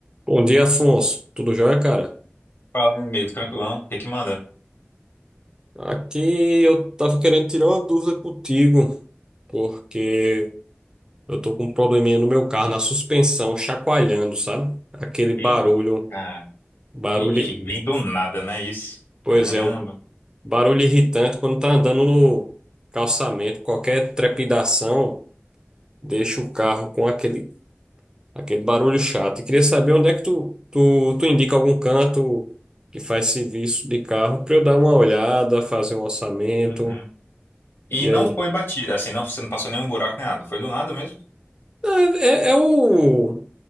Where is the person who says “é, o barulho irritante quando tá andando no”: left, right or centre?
Right